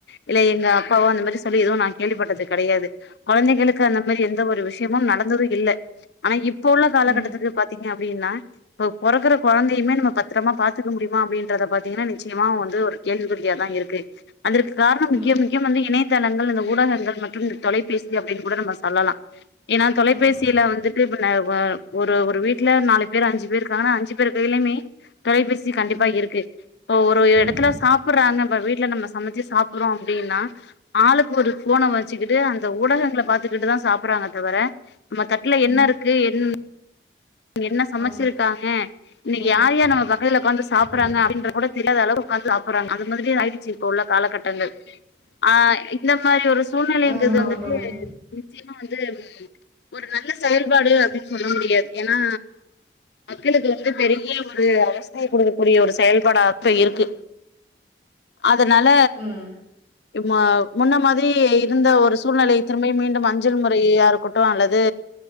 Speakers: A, on the left; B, on the right.
A: இல்ல எங்க அப்பாவோ அந்த மாரி சொல்லி எதுவும் நா கேள்விப்பட்டது கெடையாது குழந்தைகளுக்கு அந்த மாரி எந்த ஒரு விஷயமும் நடந்தது இல்ல ஆனா இப்ப உள்ள காலகட்டத்துக்கு
B: ம்
A: பாத்தீங்க அப்டின்னா இப்ப பொறக்கற குழந்தையுமே நம்ம பத் த்ரமா பாத்துக்க முடியுமா அப்படின்றத பாத்தீங்கனா நிச்சயமா வந்து ஒரு கேள்விக்குறியாதா இருக்கு அதற்கு காரணம் முக்கிய
B: ஆமா
A: முகியம் வந்து இணை தலங்கள் இந்த ஊடகங்கள் மற்றும் தொலைபேசி அப்டின் கூட நம்ம சொல்லலா ஏனா தொலைபேசியில
B: ஆமா
A: வந்துட்டு னை வா ஒரு ஒரு வீட்ல நாலு பேர் அஞ்சு பேருக்காங்கனா அஞ்சு பேரு கையிலயுமே தொலைபேசி கண்டிப்பா
B: ம்
A: இருக்கு இப்பொ ஒரு
B: ம்
A: எடத்துல சாப்புட்றாங்க ம்ப வீட்ல நம்ம சமைச்சி சாப்புட்றோ அப்டின்னா ஆளுக்கு ஒரு போன வச்சுக்கிட்டு அந்த ஊடகங்கள பாத்துக்கிட்டு தா சாப்புட்றாங்க தவிர நம்ம தட்ல
B: ம்
A: என்னருக்கு என் என்ன சமைச்சிருக்காங்க
B: ஆமா
A: இன்னைக்கு
B: கண்டிப்பா
A: யார்யா நம வகைல உட்காந்து சாப்பறாங்க
B: ம்
A: அப்டின்ற கூட தெரியாத அளவு உட்காந்து சாப்பிடுறாங்க அது மாரி ஆயிடுச்சு இப்ப உள்ள காலகட்டங்கள் ஆஹ் இந்த மாரி ஒரு சூழ்நிலைங்கது
B: ஆமாங்க
A: வந்துட்டு
B: தோழி
A: நிச்சயமா வந்து வ் ஒரு நல்ல செயல்பாடு அப்டின் சொல்ல முடியாது ஏனா மக்களுக்கு வந்து பெரிய ஒரு அ வஸ்தய குடுக்கக்கூடிய ஒரு செயல்பாடாத்த இருக்கு அதனால
B: ம்
A: மா முன்ன மாதிரி இருந்த ஒரு சூழ்நிலை திரும்பயு மீண்டும் அஞ்சல் முறையாருக்கட்டு அல்லது